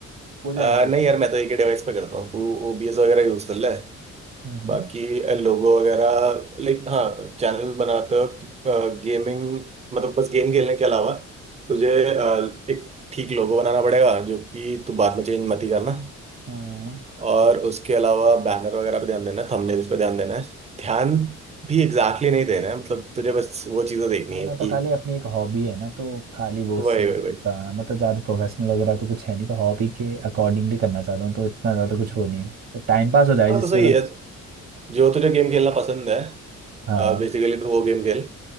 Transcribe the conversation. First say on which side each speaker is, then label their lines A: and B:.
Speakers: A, on the right (about 55°); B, on the right (about 20°).
A: हो जाएगा
B: अ, नहीं यार मैं तो एक ही डिवाइस पे करता हूँ तू ओबीएस वगैरह यूज कर ले
A: हम्म हम्म,
B: बाकी लोगो वगैरह लाइक हाँ चैनल बनाते वक्त गेमिंग मतलब बस गेम खेलने के अलावा तुझे अ, एक ठीक लोगो बनाना पड़ेगा जो कि तू बाद में चेंज मत ही करना
A: हाँ
B: और उसके अलावा बैनर वगैरह पे ध्यान देना है थंबनेल्स पे ध्यान देना है ध्यान भी एग्जैक्टली exactly नहीं देना है मतलब तुझे बस वो चीज़ें देखनी
A: हाँ
B: है
A: मैं
B: कि
A: तो खाली अपनी एक हॉबी है ना तो खाली वो
B: वही
A: से
B: वही वही
A: आ, मतलब ज़्यादा प्रोफेशनल वगैरह तो कुछ है नहीं तो हॉबी के अकॉर्डिंगली करना चाहता हूँ तो इतना ज़्यादा कुछ हो नहीं है टाइम पास हो जाए
B: हाँ
A: जिससे
B: तो सही
A: बस
B: है जो तुझे गेम खेलना पसंद है
A: हाँ
B: बेसिकली तो वो गेम खेल